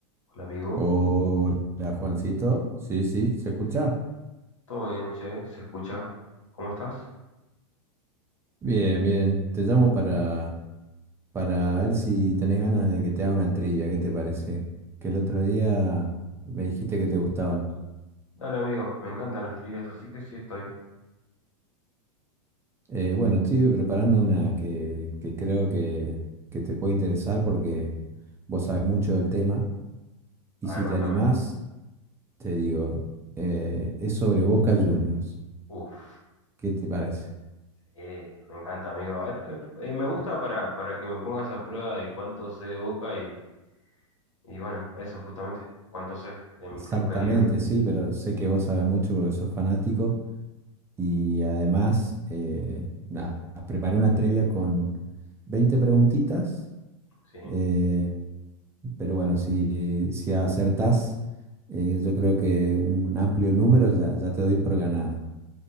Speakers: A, on the left; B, on the right.
A: Hola amigo,
B: Hola, Juancito. Sí, sí, ¿se escucha?
A: todo bien, che, se escucha. ¿Cómo estás?
B: Bien, bien. Te llamo para, para ver si tenés ganas de que te haga una trivia. ¿Qué te parece? Que el otro día me dijiste que te gustaban.
A: Dale amigo, me encantan las trivias, así que sí estoy.
B: Eh, bueno, estoy preparando una que, que creo que, que te puede interesar porque vos sabés mucho del tema. Y
A: A
B: si
A: ver, contame.
B: te animás, te digo, eh, es sobre Boca Juniors.
A: Uf,
B: ¿Qué te parece?
A: sí, me encanta amigo. A ver, eh, eh, me gusta para, para que me pongas a prueba de cuánto sé de Boca y, y bueno, eso justamente, cuánto sé de mi
B: Exactamente,
A: club querido.
B: sí, pero sé que vos sabés mucho porque sos fanático. Y además, eh, nada, preparé una trivia con 20 preguntitas,
A: Sí,
B: eh, pero bueno, si, si acertás, eh, yo creo que un amplio número ya, ya te doy por ganado.